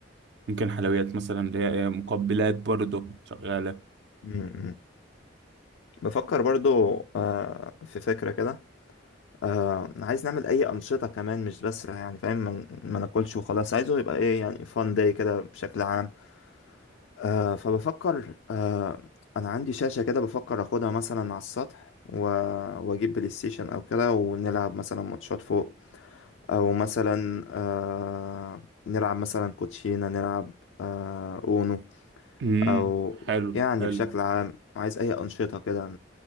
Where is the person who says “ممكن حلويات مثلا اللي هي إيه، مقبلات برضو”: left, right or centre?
Right